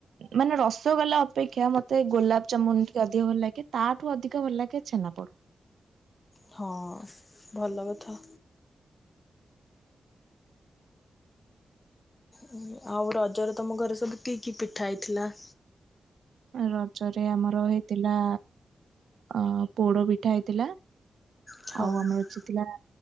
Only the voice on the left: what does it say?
ହଁ ଭଲ କଥା। ହୁଁ ଆଉ ରଜର ତମ ଘରେ ସବୁ କି କି ପିଠା ହେଇଥିଲା?
ହଁ